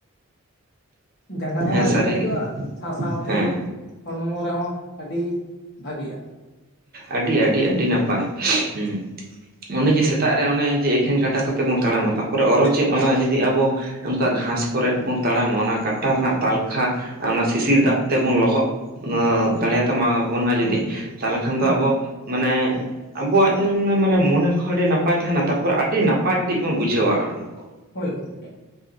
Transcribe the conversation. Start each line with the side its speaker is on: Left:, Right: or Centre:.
Left: ᱡᱟᱸᱜᱟ ᱦᱚᱸ
Right: ᱦᱮᱸ
Left: ᱟᱹᱰᱤ
Right: ᱥᱟᱹᱨᱤᱜᱮ
Left: ᱠᱮᱴᱮᱡᱚᱜᱼᱟ ᱥᱟᱶ-ᱥᱟᱶ ᱛᱮ᱾
Right: ᱦᱮᱸ
Left: ᱦᱚᱲᱢᱚ ᱨᱮᱦᱚᱸ ᱟᱹᱰᱤ ᱵᱷᱟᱹᱜᱤᱭᱟ᱾
Right: ᱟᱹᱰᱤ ᱟᱹᱰᱤ ᱟᱹᱰᱤ ᱱᱟᱯᱟᱭ ᱦᱩᱸ᱾ ᱚᱱᱮ ᱡᱮ ᱥᱮᱛᱟᱜ ᱨᱮ ᱚᱱᱮ ᱡᱮ ᱮᱠᱷᱮᱱ ᱠᱟᱴᱟ ᱠᱚᱛᱮ ᱵᱚᱱ ᱛᱟᱲᱟᱢᱟ ᱛᱟᱨᱯᱚᱨᱮ ᱚᱨ ᱪᱮᱫ ᱚᱱᱟ ᱡᱩᱫᱤ ᱟᱵᱚ᱾ ᱚᱱᱠᱟ ᱜᱷᱟᱥ ᱠᱚᱨᱮᱜ ᱵᱚᱱ ᱛᱟᱲᱟᱢᱟ ᱚᱱᱟ ᱠᱟᱴᱟ ᱨᱮᱱᱟᱜ ᱛᱟᱞᱠᱷᱟ ᱚᱱᱟ ᱥᱤᱥᱤᱨ ᱫᱟᱜ ᱛᱮᱵᱚᱱ ᱞᱚᱦᱚᱫ᱾ ᱫᱟᱲᱮᱭᱟᱛᱟ ᱢᱟ ᱵᱚᱱᱟ ᱡᱩᱚᱫᱤ ᱛᱟᱦᱚᱞᱮ ᱠᱷᱟᱱ ᱫᱚ
Left: ᱦᱮᱸ
Right: ᱟᱵᱚ ᱢᱟᱱᱮ᱾ ᱟᱵᱚᱣᱟᱜ ᱧᱮᱞ ᱢᱮ ᱢᱟᱱᱮ ᱢᱚᱱᱮ ᱠᱚᱦᱚᱸ ᱟᱹᱰᱤ ᱱᱟᱯᱟᱭ ᱛᱟᱦᱮᱱᱟ ᱛᱟᱯᱚᱨ ᱟᱹᱰᱤ ᱱᱟᱯᱟᱭ ᱠᱟᱹᱴᱤᱡ ᱵᱚᱱ ᱵᱩᱡᱷᱟᱹᱣᱟ ᱦᱚᱲᱢᱚ ᱠᱚ᱾
Left: ᱦᱳᱭ ᱜᱚᱝᱠᱮ᱾